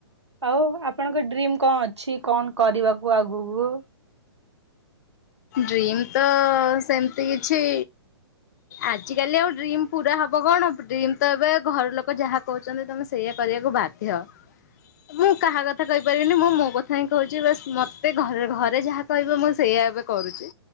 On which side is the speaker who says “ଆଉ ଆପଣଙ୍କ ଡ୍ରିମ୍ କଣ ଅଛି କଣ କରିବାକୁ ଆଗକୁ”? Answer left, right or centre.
Right